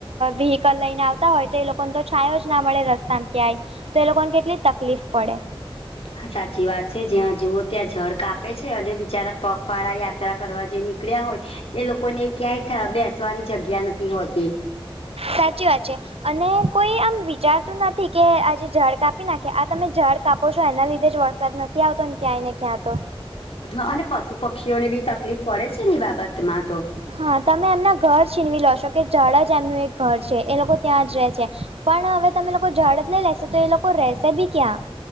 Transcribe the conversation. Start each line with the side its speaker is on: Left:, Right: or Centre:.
Right: વ્હીકલ લઈને આવતા હોય તો એ લોકોને તો છાયો જ ના મળે રસ્તામાં ક્યાંય. તો એલોકોને કેટલી તકલીફ પડે.
Left: હા સાચી વાત છે જ્યાં જુઓ ત્યાં ઝાળ કાપે છે. અને બિચારા પગપાળા યાત્રા કરવા જે નીકળ્યા હોય. એ લોકોને ક્યાંય બેસવાની જગ્યા નથી હોતી.
Right: સાચી વાત છે. અને કોઈ આમ વિચારતું નથી કે આજે જળ કાપી નાખે આ તમે જળ કાપો છો એના લીધે જ વ. દ નથી આવતો ને ક્યાંય ને ક્યાંતો.
Left: હા અને પશુ પક્ષીઓને બી તકલીફ પડે છે ને એ બાબતમાં તો.
Right: હા તમે એમના ઘર છીનવી લો છો કે ઝડાજ એમનું એક ઘર છે એ લોકો ત્યાં જ રહે છે. પણ હવે તમે લોકો ઝાડ જ નહીં લેશો તો એ લોકો રહેશે બી ક્યાં.